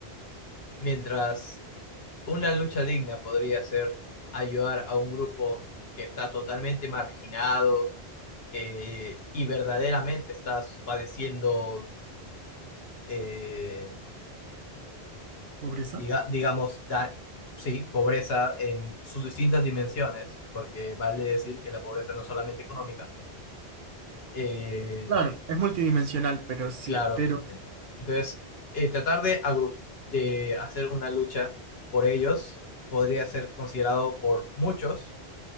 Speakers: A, on the left; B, on the right.
A: mientras una lucha digna podría ser ayudar a un grupo que está totalmente marginado eh, y verdaderamente está padeciendo, eh,
B: Pobreza.
A: diga- digamos, da- sí, pobreza en sus distintas dimensiones, porque vale decir que la pobreza no es solamente económica, eh,
B: Claro, es multidimensional, pero sí,
A: Claro.
B: pero
A: En- Entonces, eh, tratar de, agru- de hacer una lucha por ellos podría ser considerado por muchos